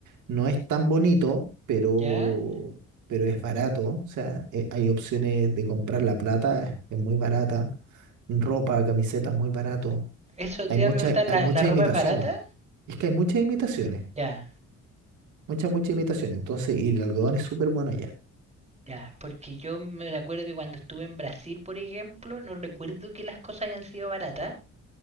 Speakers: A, on the right (about 75°); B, on the right (about 20°).
A: no es tan bonito, pero,
B: ¿Ya?
A: pero es barato. O sea, eh, hay opciones de comprar la plata, es, es muy barata. Ropa, camisetas, muy barato.
B: Eso
A: Hay
B: te iba
A: muchas,
B: a preguntar, ¿la,
A: hay muchas
B: la ropa
A: imitaciones.
B: es barata?
A: Es que hay muchas imitaciones,
B: Ya,
A: muchas, muchas imitaciones. Entonces, y el algodón es súper bueno allá.
B: ya. Porque yo me acuerdo que cuando estuve en Brasil, por ejemplo, no recuerdo que las cosas hayan sido baratas.